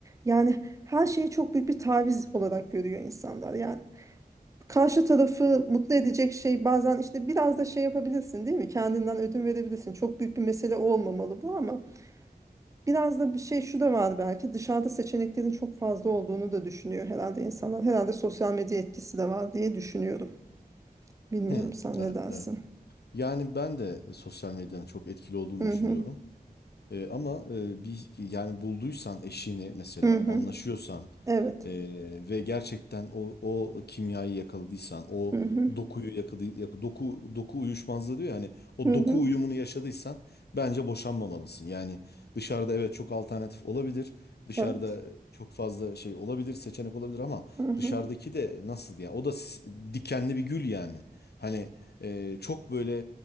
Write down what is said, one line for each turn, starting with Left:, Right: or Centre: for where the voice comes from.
Right: Yani her şeyi çok büyük bir taviz olarak görüyor insanlar. Yani karşı tarafı mutlu edecek şey bazen işte biraz da şey yapabilirsin değil mi? Kendinden ödün verebilirsin. Çok büyük bir mesele olmamalı bu ama Biraz da bir şey şu da var belki dışarıda seçeneklerin çok fazla olduğunu da düşünüyor herhalde insanlar. Herhalde sosyal medya etkisi de var diye düşünüyorum. Bilmiyorum
Left: Hı,
Right: sen
Left: evet,
Right: ne dersin?
Left: evet. Yani ben de sosyal medyanın çok etkili olduğunu
Right: Hı
Left: düşünüyorum.
Right: hı.
Left: E, ama e, bir yani bulduysan eşini mesela
Right: Hı hı.
Left: anlaşıyorsan
Right: Evet.
Left: e, ve gerçekten o o kimyayı yakaladıysan o
Right: Hı hı.
Left: dokuyu yakaladı doku doku uyuşmazlığı diyor yani o
Right: Hı
Left: doku
Right: hı.
Left: uyumunu yaşadıysan bence boşanmamalısın. Yani dışarıda evet çok alternatif olabilir. Dışarıda
Right: Evet.
Left: çok fazla şey olabilir, seçenek olabilir ama
Right: Hı hı.
Left: dışarıdaki de nasıl ya? O da s- dikenli bir gül yani. Hani e, çok böyle